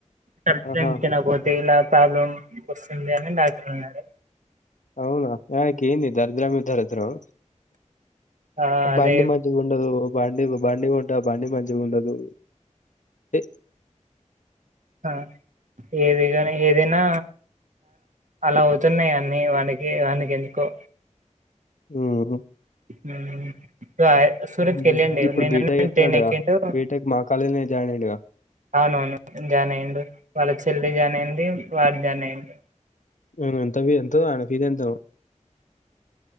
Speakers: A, on the right; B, on the left.
A: కరెక్ట్
B: ఆహా
A: టైమ్ తినకపోతే ఇలా ప్రాబ్లం వస్తుంది అని డాక్టర్ అన్నాడు.
B: అవునా వానికి ఏం దరిద్రమే దరిద్రం
A: ఆ అదే
B: బండి మంచిగుండదు. బండికి బండి కొంటావు బండి మంచిగా ఉండదు. చీ
A: ఆ ఏదిగాని ఏదైనా అలా అవుతున్నాయి అన్నీ వానికి ఎందుకో
B: మ్ హూ
A: మ్ హు సూరత్కి
B: హ్మ్.
A: వెళ్ళండి
B: ఇప్పుడు
A: నిన్న
B: బీటెక్
A: నే
B: జేత్తున్నాడుగా.
A: ట్రైన్ ఎక్కిండు
B: బీటెక్ మా కాలేజ్‌లోనే జాయిన్ అయ్యిండుగా.
A: అవునవును జాయిన్ అయ్యిండు వాళ్ళ చెల్లి జాయిన్ అయింది వాడు జాయిన్ అయ్యిండు.
B: మ్ ఎంత ఫీజు, ఆయన ఫీజు ఎంత నో